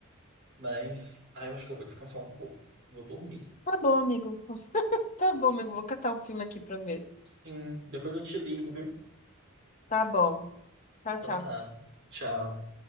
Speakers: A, on the right; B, on the left.
A: mas. Ai, eu acho que eu vou descansar um pouco. Vou dormir.
B: Tá bom, amigo. Tá bom, amigo. Vou catar um filme aqui pra ver.
A: Sim, depois eu te ligo, viu?
B: Tá bom. Tchau,
A: Então
B: tchau.
A: tá. Tchau.